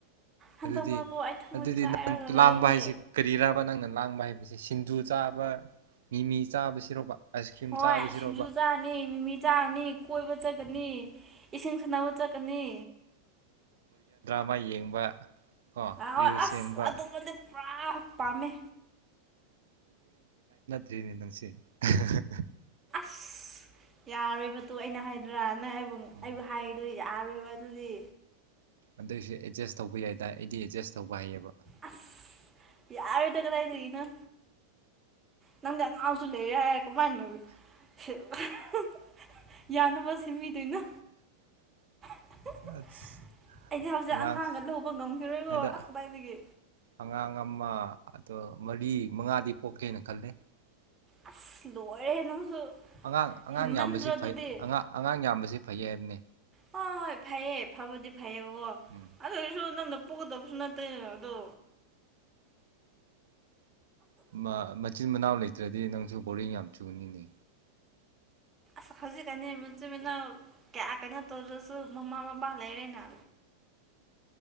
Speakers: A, on the right; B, on the right.
A: ꯍꯟꯗꯛ
B: ꯑꯗꯨꯗꯤ
A: ꯃꯔꯛꯄꯨ ꯑꯩ ꯊꯃꯣꯏ
B: ꯑꯗꯨꯗꯤ
A: ꯀꯥꯏꯔꯒ
B: ꯅꯪ
A: ꯂꯩꯅꯦ
B: ꯂꯥꯡꯕ ꯍꯥꯏꯁꯤ ꯀꯔꯤꯔꯕ ꯅꯪꯅ ꯂꯥꯡꯕ ꯍꯥꯏꯗꯤ ꯁꯤꯡꯖꯨ ꯆꯥꯕ ꯃꯤꯃꯤ ꯆꯥꯕꯁꯤꯔꯣꯕ ꯑꯥꯏꯁ ꯀ꯭ꯔꯤꯝ
A: ꯍꯣꯏ
B: ꯆꯥꯕꯁꯤꯔꯣꯕ
A: ꯁꯤꯡꯖꯨ ꯆꯥꯅꯤ ꯃꯤꯃꯤ ꯆꯥꯔꯨꯅꯤ ꯀꯣꯏꯕ ꯆꯠꯀꯅꯤ ꯏꯁꯤꯡ ꯁꯅꯥꯕ ꯆꯠꯀꯅꯤ
B: ꯃꯩ ꯌꯦꯡꯕ ꯀꯣ
A: ꯑ ꯍꯣꯏ
B: ꯔꯤꯜꯁ
A: ꯑꯁ
B: ꯌꯦꯡꯕ
A: ꯑꯗꯨꯣꯝꯕꯗꯤ ꯄꯨꯔꯥ ꯄꯥꯝꯃꯦ
B: ꯗꯨꯏꯅꯦ ꯅꯪꯁꯦ <unintelligible>
A: <unintelligible> ꯌꯥꯔꯣꯏꯕꯇꯨ ꯑꯩꯅ ꯍꯥꯏꯗ꯭ꯔꯥ ꯅꯪ ꯑꯩꯕꯨ
B: ꯎꯝ
A: ꯑꯩꯕꯨ ꯍꯥꯏꯗꯣ ꯌꯥꯔꯣꯏꯕ ꯑꯗꯨꯗꯤ
B: ꯑꯗꯨꯏꯁꯨ ꯑꯦꯗꯖꯁ ꯇꯧꯕ ꯌꯥꯏꯗꯥꯏ ꯑꯩꯗꯤ ꯑꯦꯗꯖꯁ ꯇꯧꯕ ꯍꯩꯌꯦꯕ
A: ꯑꯁ ꯌꯥꯔꫭꯏꯗ ꯀꯗꯥꯏꯗꯒꯤꯅꫭ ꯅꯪꯗꯤ ꯑꯉꯥꯡꯁꯨ ꯂꯩꯔꯦ ꯍꯥꯏ ꯀꯃꯥꯏꯅ <unintelligible> ꯌꯥꯅꯕꯁꯤ ꯁꯤꯃꯤꯗꯣꯏꯅꯣ <unintelligible>
B: ꯑꯁ
A: ꯑꯩꯗꯤ ꯍꯧꯖꯤꯛ
B: ꯑꯉꯥꯡ
A: ꯑꯉꯥꯡꯒ ꯂꯧꯕ ꯉꯝꯈꯤꯔꯣꯏꯒꫭ
B: ꯍꯟꯗꯛ
A: ꯑꯁ ꯀꯗꯥꯏꯗꯒꯤ
B: ꯑꯉꯥꯡ ꯑꯃ ꯑꯗꫭ ꯃꯔꯤ ꯃꯉꯥꯗꯤ ꯄꯣꯛꯀꯦꯅ ꯈꯜꯂꯦ
A: ꯑꯁ ꯂꯣꯔꯦꯍꯦ ꯅꯪꯁꯨ
B: ꯑꯉꯥꯡ ꯑꯉꯥꯡ
A: ꯍꯦꯟꯃꯟꯗ꯭ꯔꯣ
B: ꯌꯥꯝꯕꯁꯤ
A: ꯑꯗꯨꯗꯤ
B: ꯐꯩ ꯑꯉ-ꯉꯥꯡ ꯌꯥꯝꯕꯁꯤ ꯐꯩ ꯍꯥꯏꯕꯅꯤ
A: ꯍꫭ ꯍꯣꯏ ꯐꯩꯌꯦ ꯐꯕꯨꯗꯤ ꯐꯩꯌꯦꯕꯀꯣ
B: ꯎꯝ
A: ꯑꯗꫭ ꯑꫭꯏꯁꯨ ꯅꯪꯅ ꯄꫭꯒꯗꯁꯨ ꯅꯠꯇꯦ ꯑꯗꯣ
B: ꯃ ꯃꯆꯤꯟ ꯃꯅꯥꯎ ꯂꯩ ꯗ꯭ꯔꯗꯤ ꯅꯪꯁꯨ ꯕꯣꯔꯤꯡ ꯌꯥꯝ ꯆꯨꯅꯤꯅꯦ
A: ꯁ ꯍꯧꯖꯤꯛꯀꯥꯅꯤ ꯃꯆꯤꯟꯃꯤꯅꯥꯎ ꯀꯌꯥ ꯀꯩꯅꯣ ꯇꯧꯗ꯭ꯔꯁꯨ ꯃꯃꯥ ꯃꯄꯥ ꯂꯩꯔꯦꯅ